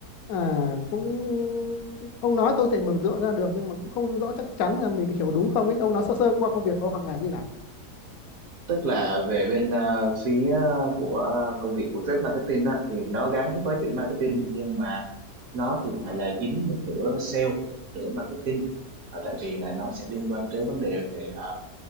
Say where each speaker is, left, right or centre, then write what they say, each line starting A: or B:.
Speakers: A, on the left (about 70°); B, on the right (about 65°).
A: À, cũng ông nói tôi thể mường tượng ra được nhưng mà cũng không rõ chắc chắn là mình hiểu đúng không ấy. Ông nói sơ sơ qua công việc của ông hàng ngày như nào?
B: Tức là về bên à, phía của à, công việc của trade marketing đó thì nó gắn với chữ marketing nhưng mà nó thì lại là dính một nửa sale nửa marketing Ờ, tại vì là nó sẽ liên quan tới vấn đề về ờ,